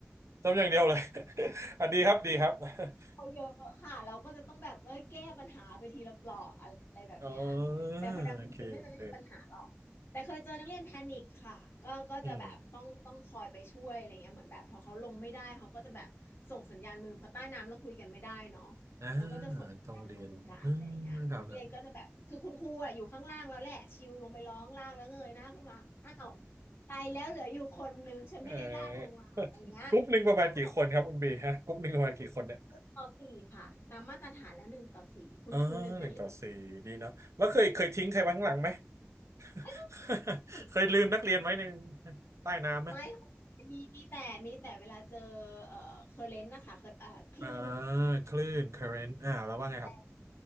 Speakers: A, on the right; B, on the left.
A: ทำอย่างเดียวเลย <laughs> อ่ะดีครับดีครับ <laughs>
B: เขาเยอะค่ะเราก็จะต้องแบบว่าแก้ปัญหาไปทีละเปลาะอะไรแบบเนี้ย
A: อ๋อ
B: แต่พอดำจริงๆก็จะไม่มีปัญหาหรอกแต่เคยเจอนักเรียนแพนิคค่ะก็ก็จะแบบต้องต้องคอยไปช่วยอะไรเงี้ยเหมือนแบบพอเขาลงไม่ได้เขาก็จะแบบส่งสัญญาณมือพอใต้น้ำแล้วคุยกันไม่ได้เนาะ
A: โอเคโอเคอืมอ่า
B: แล้วก็จะส่งสัญญาณมือกันอะไรเงี้ยนักเรียนก็จะแบบคือคุณครูอะอยู่ข้างล่างแล้วแหละชิวลงไปรอข้างล่างแล้วเงยหน้าขึ้นมาอ้าว
A: ต้องเรียนอ่าครับ <laughs> ครับ
B: ตายแล้วเหลืออยู่คนหนึ่งฉันไม่ได้ลากลงมาอะไรเงี้ยก็ต้อง
A: เอ่อ <laughs> กรุ๊ปหนึ่งประมาณกี่คนครับคุณบีฮะกรุ๊ปหนึ่งประมาณกี่คนเนี่ย
B: ต่อสี่ค่ะตามมาตรฐานแล้วหนึ่งต่อสี่คุณครูหนึ่งนักเรียน
A: อ๋อหนึ่งต่อสี่ดีเนาะแล้วเคยเคยทิ้งใครไว้ข้างหลังไหม <laughs>
B: ไม่ต้องสิ
A: เคยลืมนักเรียนไว้ในใต้น้ำไหม
B: ไม่มีมีแต่มีแต่เวลาเจอเอ่อเคอร์เรนต์นะคะเคอร์เอ่อคลื่นคลื่น
A: อ่าคลื่น current อ่าแล้วว่าไงครับ
B: แรง